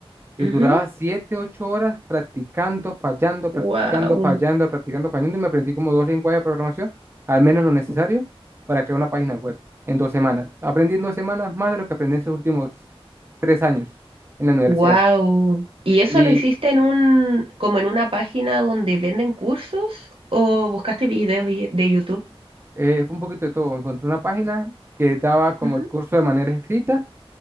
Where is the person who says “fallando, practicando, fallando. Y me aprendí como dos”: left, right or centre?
Right